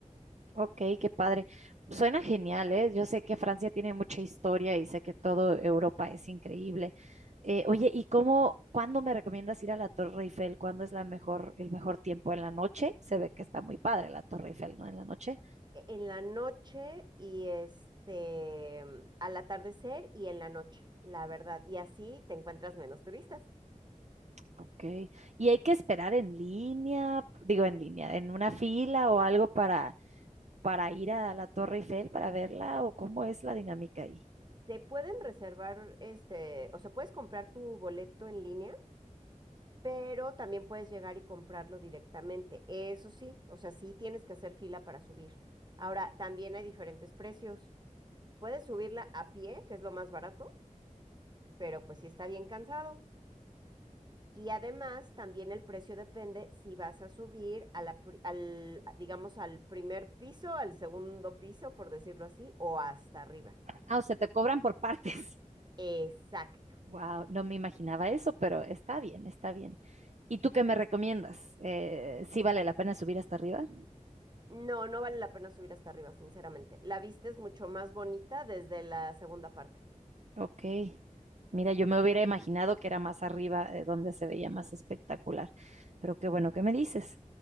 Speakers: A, on the right; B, on the right.
A: Ok, qué padre. Suena genial, ¿eh? Yo sé que Francia tiene mucha historia y sé que todo Europa es increíble. Eh, oye, ¿y cómo, cuándo me recomiendas ir a la Torre Eiffel? ¿Cuándo es la mejor, el mejor tiempo en la noche? Se ve que está muy padre la Torre Eiffel, ¿no? En la noche.
B: e-, En la noche y este, al atardecer y en la noche, la verdad. Y así te encuentras menos turistas.
A: Ok. ¿Y hay que esperar en línea, digo en línea, en una fila o algo para, para ir a la Torre Eiffel, para verla? ¿O cómo es la dinámica ahí?
B: Se pueden reservar, este, o sea, puedes comprar tu boleto en línea, pero también puedes llegar y comprarlo directamente. Eso sí, o sea, sí tienes que hacer fila para subir. Ahora, también hay diferentes precios. Puedes subirla a pie, que es lo más barato, pero pues sí está bien cansado. Y además, también el precio depende si vas a subir a la, pri- al, digamos, al primer piso, al segundo piso, por decirlo así, o hasta arriba.
A: Ah, o sea, te cobran por <laughs> partes.
B: Exacto.
A: Wow, no me imaginaba eso, pero está bien, está bien. ¿Y tú qué me recomiendas? Eh, ¿sí vale la pena subir hasta arriba?
B: No, no vale la pena subir hasta arriba, sinceramente. La vista es mucho más bonita desde la segunda parte.
A: Ok. Mira, yo me hubiera imaginado que era más arriba, eh, donde se veía más espectacular, pero qué bueno que me dices.